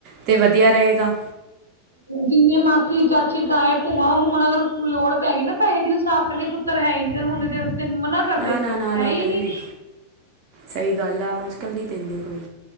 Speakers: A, on the right (about 40°); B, on the right (about 80°).
A: ਤੇ ਵਧੀਆ ਰਹੇਗਾ।
B: ਜਿੰਨੀਆਂ ਮਾਸੀ, ਚਾਚੀ, ਤਾਏ, ਭੂਆ ਹੁਣ ਅਗਰ ਲੋੜ ਪੈ ਗਈ ਨਾ, ਪੈਹੇ ਦੀ ਉਹ ਸਾਫ਼ ਕਰਨਗੇ ਪੁ ਤਰ ਹੈ ਹੀ ਨੀ, ਜ ਹੁੰਦੇ ਤੇ ਤੇਨੁ ਮਨਾ ਕਰਦੇ,
A: ਨਾ ਨਾ ਨਾ
B: ਹੈ
A: ਨਾ
B: ਹੀ
A: ਬਈ
B: ਨੀ।
A: ਸਹੀ ਗੱਲ ਆ, ਅੱਜ-ਕੱਲ ਨੀ ਦਿੰਦੇ ਕੋਈ।